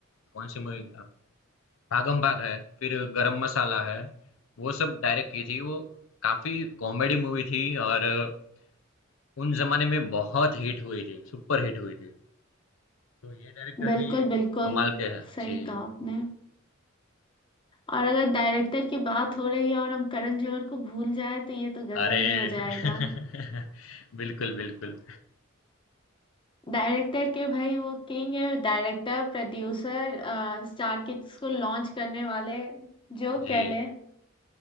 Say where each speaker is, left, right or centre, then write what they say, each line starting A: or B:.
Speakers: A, on the left; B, on the left.
A: कौन सी मूवी भागम भाग है फिर गरम मसाला है वो सब डायरेक्ट की थी वो काफ़ी कॉमेडी मूवी थी और अ, उन जमाने में बहुत हिट हुई थी सुपर हिट हुई थी तो ये डायरेक्टर
B: बिल्कुल
A: भी
B: बिल्कुल
A: कमाल के हैं।
B: सही
A: जी।
B: कहा आपने और अगर डायरेक्टर की बात हो रही है और हम करण जौहर को भूल जाए तो ये तो गजब
A: अरे!
B: ही हो जाएगा
A: <laughs> बिल्कुल, बिल्कुल।
B: डायरेक्टर के भाई वो किंग है डायरेक्टर प्रोड्यूसर स्टार किड्स को लॉन्च करने वाले जो
A: जी।
B: कह लें